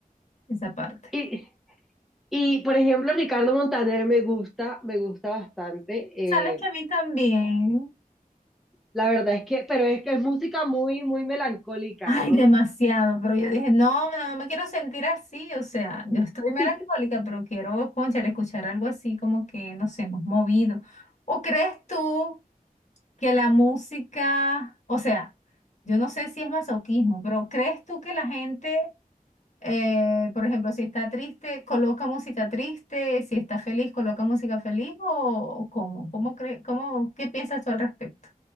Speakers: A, on the left (about 50°); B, in the centre.
A: esa parte.
B: Y, y, por ejemplo, Ricardo Montaner me gusta, me gusta bastante.
A: Sabes
B: eh,
A: que a mí también,
B: la verdad es que, pero es que es música muy, muy melancólica,
A: ay,
B: ¿no?
A: demasiado, pero yo dije, no, no, no me quiero sentir así, o sea, yo estoy melancólica,
B: <laughs>
A: pero quiero, cónchale, escuchar algo así como que, no sé, más movido. ¿O crees tú que la música, o sea, yo no sé si es masoquismo, pero crees tú que la gente Eh, por ejemplo, si está triste, coloca música triste, si está feliz, coloca música feliz o, o cómo, cómo cre- cómo, ¿qué piensas tú al respecto?